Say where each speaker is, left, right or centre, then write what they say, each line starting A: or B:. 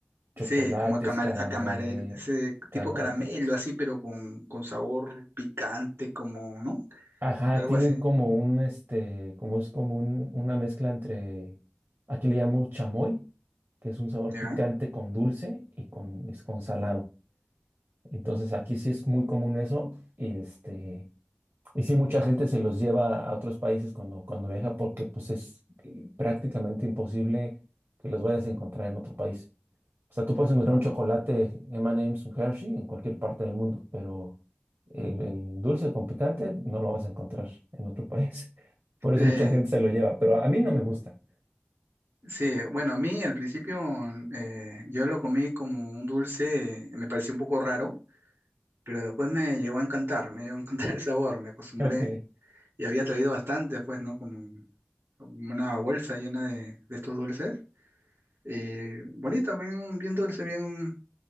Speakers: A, on the right (about 70°); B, on the right (about 80°).
A: Chocolates,
B: Sí, como a camar,
A: caramel...
B: a camarel, ese
A: ca-
B: tipo caramelo
A: ca-
B: así, pero con, con sabor picante, como, ¿no?
A: Ajá,
B: Algo
A: tienen
B: así,
A: como un, este, como es como un- una mezcla entre... Aquí le llamamos chamoy, que es un sabor
B: ¿ya?
A: picante con dulce y con, es con salado. Entonces aquí sí es muy común eso y este y sí mucha gente se los lleva a otros países cuando cuando viaja porque pues es eh, prácticamente imposible que los vayas a encontrar en otro país. O sea, tú puedes encontrar un chocolate M&M's, un Hershey en cualquier parte del mundo, pero el, el dulce con picante no lo vas a encontrar en otro país. <laughs> Por
B: Eh,
A: eso mucha gente se lo lleva, pero a mí no me gusta.
B: sí, bueno, a mí al principio eh, yo lo comí como un dulce, me pareció un poco raro, pero después me llegó a encantar, me llegó a encantar <laughs> el sabor, me acostumbré.
A: Ok,
B: y había traído bastante, pues, ¿no? Como, un- como una bolsa llena de, de estos dulces. Y bonita, bien, bien dulce, bien,